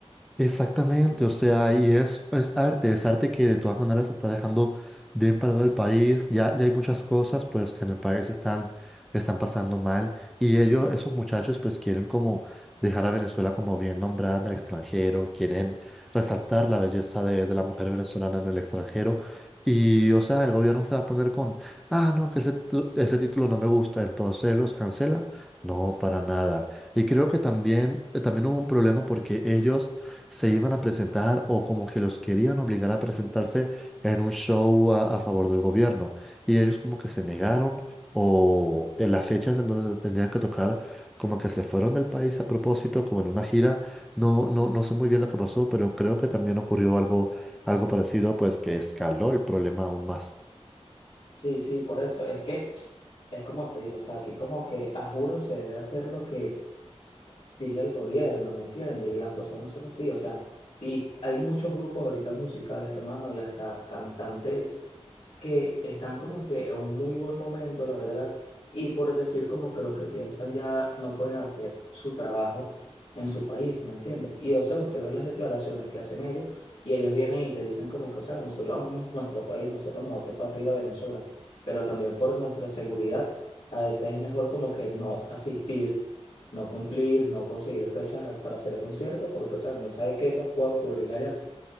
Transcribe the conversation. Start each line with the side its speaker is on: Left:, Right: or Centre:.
Centre: Exactamente, o sea, y es, es arte, es arte que de todas maneras está dejando bien parado el país. Ya, ya hay muchas cosas pues que en el país están, están pasando mal y ellos, esos muchachos pues quieren como dejar a Venezuela como bien nombrada en el extranjero, quieren resaltar la belleza de, de la mujer venezolana en el extranjero y o sea, el gobierno se va a poner con, ah, no, que ese, titu- ese título no me gusta, entonces los cancela. No, para nada. Y creo que también, eh, también hubo un problema porque ellos se iban a presentar o como que los querían obligar a presentarse en un show a, a favor del gobierno. Y ellos como que se negaron o en las fechas en donde tenían que tocar, como que se fueron del país a propósito, como en una gira. No, no, no sé muy bien lo que pasó, pero creo que también ocurrió algo, algo parecido, pues que escaló el problema aún más.
Left: Sí, sí, por eso. Es que es como te digo, o sea, aquí como que a juro se debe hacer lo que diga el gobierno, ¿me entiendes? Y las cosas no son así. O sea, sí, hay muchos grupos ahorita musicales, hermano, y hasta cantantes que están como que en un muy buen momento, la verdad, y por decir como que lo que piensan ya no pueden hacer su trabajo en su país, ¿me entiendes? Y o sea, usted ve las declaraciones que hacen ellos y ellos vienen y te dicen como que, o sea, nosotros amamos nuestro país, nosotros nos hace falta ir a Venezuela, pero también por nuestra seguridad, a veces es mejor como que no asistir no cumplir, no conseguir fechas para hacer conciertos, porque, o sea, no sabe qué más puede ocurrir allá.